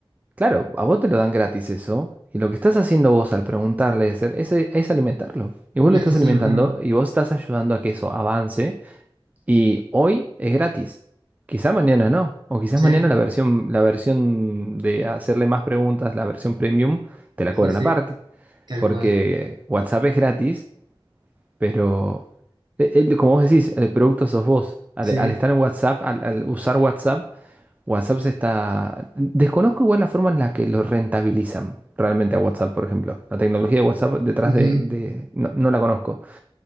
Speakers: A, on the right; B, on the right.
A: claro, a vos te lo dan gratis eso. Y lo que estás haciendo vos al preguntarle es, es, es alimentarlo. Y vos
B: Lo
A: lo estás
B: estás
A: alimentando
B: alimentando.
A: y vos estás ayudando a que eso avance Y hoy es gratis. Quizá mañana no. O quizás
B: Sí,
A: mañana la versión, la versión de hacerle más preguntas, la versión premium, te la
B: sí,
A: cobran
B: sí,
A: aparte.
B: tal
A: Porque
B: cual.
A: WhatsApp es gratis, pero eh, eh, como vos decís, el producto sos vos. Al,
B: Sí,
A: al estar en WhatsApp, al, al usar WhatsApp, WhatsApp se está... Desconozco igual la forma en la que lo rentabilizan realmente a WhatsApp, por ejemplo. La tecnología de WhatsApp detrás
B: ujú.
A: de... de- No, no la conozco.